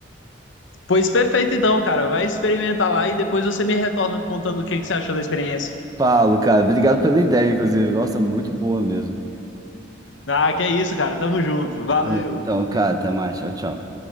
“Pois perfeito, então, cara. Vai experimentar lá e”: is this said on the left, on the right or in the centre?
Left